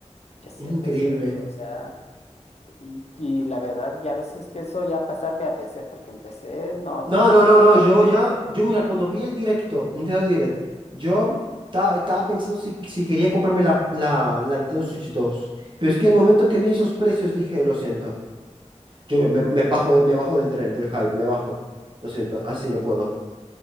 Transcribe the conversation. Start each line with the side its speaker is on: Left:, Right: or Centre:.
Left: es cierto,
Right: Es increíble.
Left: es cierto, o sea... Y, y la verdad, ya a veces pienso ya pasarme a PC, porque en PC no
Right: No,
Left: tienes
Right: no,
Left: que
Right: no,
Left: pagar.
Right: no, yo ya, yo mira, cuando vi el directo, Nintendo Direct, yo ta- estaba pensando si, si quería comprarme la, la, la Nintendo Switch 2, pero es que el momento que vi esos precios dije, lo siento, yo me, me- me bajo, de- me bajo del tren, del hype, me bajo, lo siento, así no puedo.